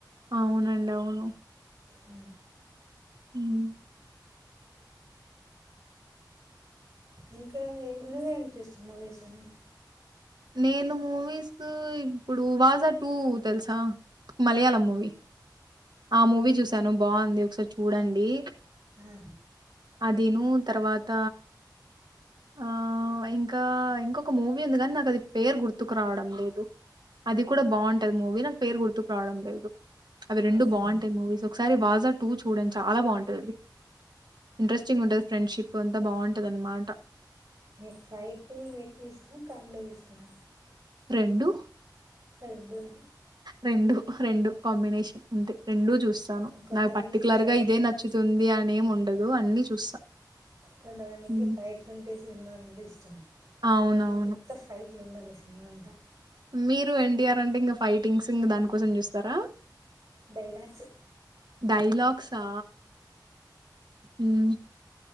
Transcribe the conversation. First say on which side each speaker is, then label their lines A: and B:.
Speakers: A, on the right; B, on the right.
A: అవునండి అవును
B: అ
A: మ్మ్
B: ఇంకా ఏ నువ్వేమి చేస్తున్నా వేసర
A: నేను మూవీస్ ఇప్పుడు వాజా టూ తెలుసా మలయాళం మూవి ఆ మూవీ చూసాను బాగుంది ఒకసారి చూడండి
B: ఆ
A: అదిను తర్వాత ఆ ఇంకా ఇంకొక మూవీ ఉంది కానీ నాకు అది పేరు గుర్తుకు రావడం లేదు అది కూడా బాగుంటది మూవీ నా పేరు గుర్తుకువడం లేదు అవి రెండు
B: అవునా
A: బాగుంటాయి మూవీస్ ఒకసారి బాజా టూ చూడండి చాలా బావుంటదది ఇంట్రెస్టింగ్ ఉంటది ఫ్రెండ్షిప్ పొంత బావుంటది అన్నమాట
B: నీకు ఫైటింగ్ ఎక్కువ ఇష్టమా కమెడి ఇష్టమా
A: రెండు
B: రెండూన
A: రెండు రెండు కాంబినేషన్ అంతే రెండు చూ స్తాను
B: కొంతమందికి
A: నాకు పర్టికులర్
B: అవంటేనే
A: గా ఇదే నచ్చుతుంది అ నేం ఉండదు అన్ని చూస్తా
B: కొంతవందికి
A: హ్మ్.
B: ఫైట్లుంటే సినిమాలంటే ఇష్టం
A: అవునవును
B: నా దమ్మునికి ఉత్త ఫైట్ ఇట్లుండాలి సినిమా అంతా
A: మీరు ఎన్టీఆర్ అంటే ఇంకా ఫైటింగ్స్ ఇంక దానికోసం చూస్తారా
B: డైలాగ్స్
A: డైలాగ్సా మ్మ్